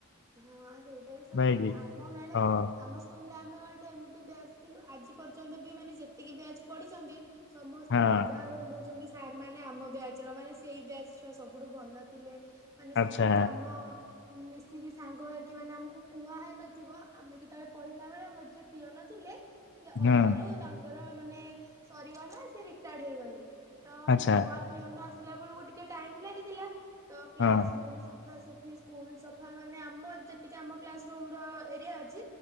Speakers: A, on the right; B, on the left.
A: ହଁ ସେଇଟା ବି ସତ
B: ନାଇଁ କି
A: ଆମ ବେଳେ
B: ହଁ
A: ଆମ ସ୍କୁଲ ହେଲେ ଆମେ ଗୋଟେ ଏମିତି ବ୍ୟାଜ ଥିଲୁ ଆଜି ପର୍ଯ୍ୟନ୍ତ ବି ମାନେ ଯେତିକି ବ୍ୟାଜ ପଢ଼ିଛନ୍ତି ସମସ୍ତଙ୍କୁ
B: ହଁ।
A: ଉଦାହରଣ ଦଉଛନ୍ତି ସାର୍ ମାନେ ଆମ ବ୍ୟାଚ୍ ର ମାନେ ସେଇ ବ୍ୟାଚ୍ ଛୁଆ ସବୁଠୁ ଭଲ ଥିଲେ ମାନେ
B: ଆଚ୍ଛା
A: ସବୁ କାମ ମିଶି କିି ସାଙ୍ଗ ହେଇକି ମାନେ ଆମକୁ କୁହା ହେଇ ନଥିବ ଆମେ ଯେତେବେଳେ ପଢିଲା ବେଳେ ଆମର ଯିଏ ପିଅନ ଥିଲେ ସେ ଅଧାରୁ
B: ହଁ
A: ତାଙ୍କୁ ର ମାନେ ସରିଗଲା ସେ ରିଟାୟାର୍ଡ ହେଇଗଲେ ତ
B: ଆଚ୍ଛା
A: ନୂଆ ପିଅନ ଆସି ସି ବେଳକୁ ଟିକେ ଟାଇମ ଲାଗିଥିଲା ତ କ୍ଲାସ
B: ହଁ
A: ରୁମ୍ ସ ସଫା ସଫି ସ୍କୁଲ ସପ ସଫା ମାନେ ଆମ ଯେତିକି ଆମ କ୍ଲାସ ରୁମ ର ଏରିଆ ଅଛି